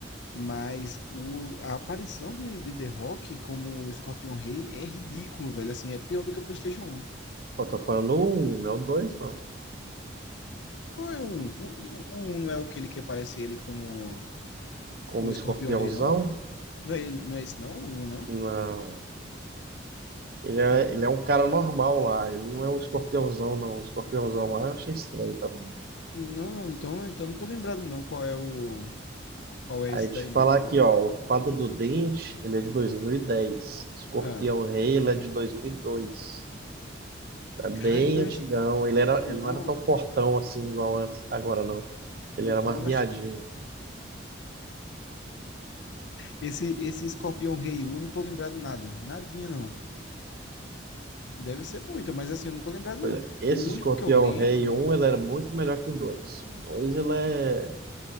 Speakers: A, on the left; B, on the right.
A: Mas o, a aparição de, de The Rock como Escorpião Rei é ridículo, velho. Assim, é pior do que o PlayStation Um.
B: Eu tô falando um, não é o dois, não.
A: Qual é o 1? O, o, o 1 não é o que ele que aparece ele como,
B: Como
A: como
B: escorpiãozão?
A: Escorpião Rei, não? Não é, ele- não é esse, não? O 1, não?
B: Não. Ele é,
A: Então,
B: ele é um cara normal lá. Ele não é um escorpiãozão, não. O escorpiãozão lá eu achei estranho também.
A: não, então, então não tô lembrado, não, qual é o. Qual é
B: Aí
A: esse
B: te
A: daí,
B: falar
A: não?
B: aqui,
A: O...
B: ó.
A: um.
B: O Fada do Dente, ele é de 2010. Escorpião
A: Ah,
B: Rei, ele é de 2002. É bem
A: cara, então
B: antigão.
A: esse...
B: Ele era, ele
A: Não,
B: não era tão fortão assim igual antes. Agora não. Ele
A: então
B: era mais
A: eu
B: miadinho.
A: acho... Esse, esse Escorpião Rei um. eu não tô lembrado nada. Nadinha, não. Deve ser bom, então, mas assim, eu não tô lembrado,
B: Pois
A: não.
B: é, Esse
A: O
B: Escorpião
A: único que eu lembro...
B: Rei um ele era muito melhor que o dois O 2 ele é...